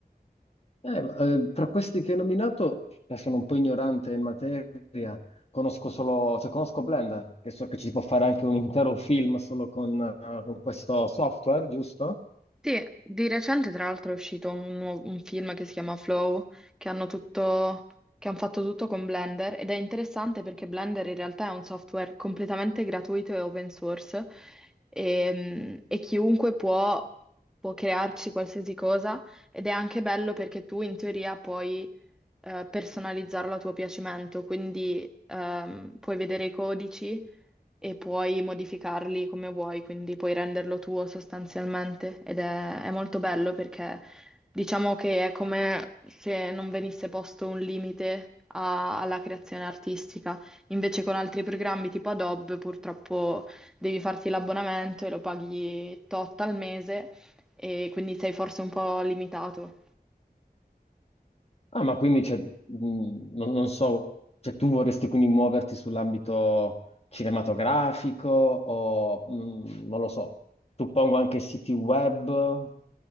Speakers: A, on the left; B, in the centre.
A: Eh, ma, eh, tra questi che hai nominato, eh, sono un po' ignorante in materia, conosco solo, cioè conosco Blender, che so che ci si può fare anche un intero film solo con eh, con questo software, giusto?
B: Sì, di recente tra l'altro è uscito un, nuovo- un film che si chiama Flow, che hanno tutto, che hanno fatto tutto con Blender ed è interessante perché Blender in realtà è un software completamente gratuito e open source e, e chiunque può, può crearci qualsiasi cosa ed è anche bello perché tu in teoria puoi eh, personalizzarlo a tuo piacimento, quindi ehm, puoi vedere i codici e puoi modificarli come vuoi, quindi puoi renderlo tuo sostanzialmente ed è, è molto bello perché diciamo che è come se non venisse posto un limite a- alla creazione artistica. Invece con altri programmi tipo Adobe purtroppo devi farti l'abbonamento e lo paghi tot al mese e quindi sei forse un po' limitato.
A: Ah, ma quindi c'è- mh, non, non so, cioè tu vorresti quindi muoverti sull'ambito cinematografico o mh, non lo so, suppongo anche siti web.